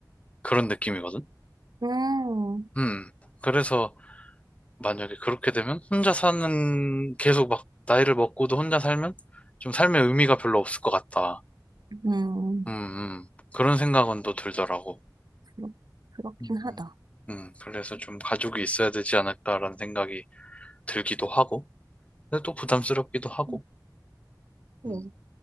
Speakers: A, on the left; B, on the right.
A: 그런 느낌이거든.
B: 음,
A: 음. 그래서 만약에 그렇게 되면 혼자 사는 계속 막 나이를 먹고도 혼자 살면 좀 삶의 의미가 별로 없을 것 같다.
B: 음,
A: 음, 음. 그런 생각은 또 들더라고.
B: 그렇, 그렇긴
A: 음,
B: 하다.
A: 음. 그래서 좀 가족이 있어야 되지 않을까라는 생각이 들기도 하고, 근데 또 부담스럽기도 하고.
B: 응.
A: 음,
B: 응.